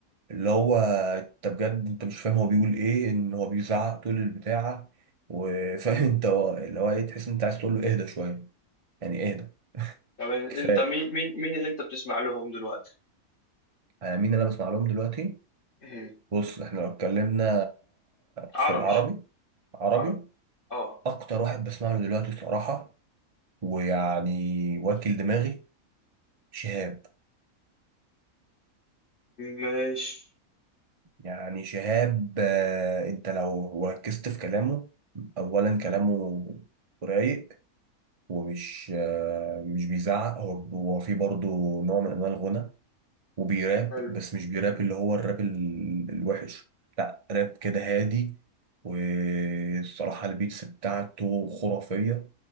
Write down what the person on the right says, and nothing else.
اللي هو انت بجد انت مش فاهم هو بيقول ايه ان هو بيزعق طول البتاعة وفاهم <laughs> انت هو- اللي هو ايه تحس ان انت عايز تقول له اهدى شوية يعني اهدى
كفاية
انا مين اللي انا بسمع لهم دلوقتي
بص احنا لو اتكلمنا
في العربي عربي
اكتر واحد بسمع له دلوقتي الصراحة ويعني واكل دماغي شهاب
يعني شهاب آه، انت لو ركزت في كلامه اولا كلامه رايق ومش آه، مش بيزعق هو هو في برضه نوع من انواع الغنى وبيراب
بس مش بيراب اللي هو الراب ال- الوحش لا راب كده هادي والصراحة البيتس بتاعته خرافية